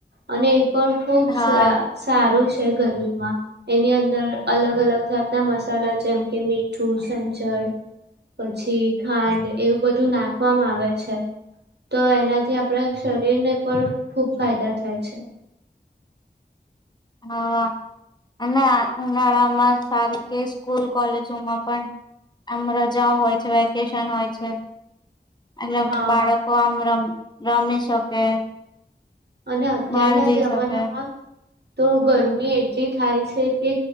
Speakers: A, on the right (about 65°); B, on the left (about 25°).
A: અને પણ ખુબ
B: હા
A: સારું છે. ગરમીમાં એની અંદર અલગ અલગ જાતના મસાલા જેમ કે મીઠું સંચડ પછી ખાંડ એવું બધું નાખવામાં આવે છે. તો એનાથી આપણા શરીરને પણ ખુબ ફાયદા થાય છે.
B: હા અને ઉનાળામાં સારી કે સ્કૂલ કોલેજોમાં પણ આમ રજાઓ હોય છે વેકેશન હોય છે. અનેલે
A: હા.
B: બાળકો આમ રમ રમી શકે.
A: અને અત્યારના
B: બહાર જઈ
A: જમાનામાં
B: શકે
A: તો ગરમી એટલી થાય છે કે